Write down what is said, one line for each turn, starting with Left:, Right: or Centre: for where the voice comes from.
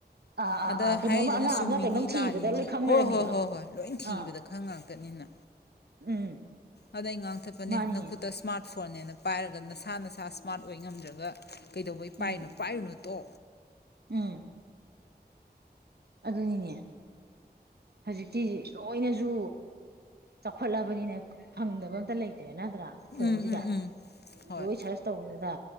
Right: ꯑꯥ
Left: ꯑꯗ
Right: ꯑꯥ ꯑꯥ
Left: ꯍꯥꯏꯔꯛꯗꯨꯅ
Right: ꯀꯩꯅꯣꯝꯃ ꯑꯉꯥꯡ
Left: ꯆꯨꯝꯃꯤꯅꯤ
Right: ꯑꯃꯅ ꯀꯩꯅꯣꯝ
Left: ꯂꯥꯜꯂꯤꯅꯤ
Right: ꯊꯤꯕꯗ ꯂꯣꯏ ꯈꯪ
Left: ꯍꯣꯏ
Right: ꯂꯩꯔꯝꯃꯤꯗꯣ
Left: ꯍꯣꯏ ꯍꯣꯏ ꯍꯣꯏ ꯂꯣꯏ ꯊꯤꯕꯗ
Right: ꯑꯥ
Left: ꯈꯥꯪ ꯉꯥꯛꯇꯅꯤꯅ
Right: ꯎꯝ
Left: ꯑꯗ ꯑꯩ ꯉꯥꯡꯊꯠꯄꯅꯦ
Right: ꯃꯥꯅꯤꯅꯦ
Left: ꯅꯈꯨꯠꯇ ꯏꯁꯃꯥꯔꯠ ꯐꯣꯟꯅꯦꯅ ꯄꯥꯏꯔꯒ ꯅꯁꯥ ꯅꯁꯥ ꯁ꯭ꯃꯥꯔꯠ ꯑꯣꯏ ꯉꯝꯗ꯭ꯔꯒ ꯀꯩꯗꯧꯕꯩ
Right: ꯎꯝ
Left: ꯄꯥꯏꯔꯤꯅꯣ ꯄꯥꯏꯔꯨꯅꯣ ꯇꯣ
Right: ꯎꯝ ꯑꯗꯨꯅꯤꯅꯦ ꯍꯧꯖꯤꯛꯇꯤ ꯂꯣꯏꯅꯁꯨ ꯆꯥꯎꯈꯠꯂꯕꯅꯤꯅ ꯐꯪꯗꯕ ꯑꯝꯇ ꯂꯩꯇ꯭ꯔꯦ ꯅꯠꯇ꯭ꯔꯥ ꯐꯣꯟꯁꯤꯗ
Left: ꯎꯝ ꯎꯝ ꯎꯝ ꯍꯣꯏ
Right: ꯂꯣꯏ ꯁꯔꯁ ꯇꯧꯔꯒ